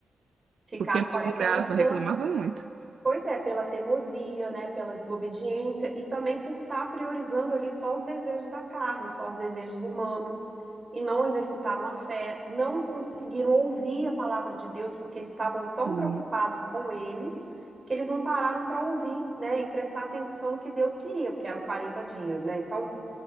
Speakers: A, on the right; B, on the right.
A: Ficaram
B: Porque me
A: 40
B: murava,
A: anos pela,
B: reclamava muito.
A: pois é, pela teimosia, né? Pela desobediência e também por estar priorizando ali só os desejos da carne, só os desejos humanos e não exercitaram a fé, não conseguiram ouvir a palavra de Deus porque eles estavam tão
B: Uhum.
A: preocupados com eles que eles não pararam para ouvir, né? E prestar atenção no que Deus queria, porque eram 40 dias, né? Então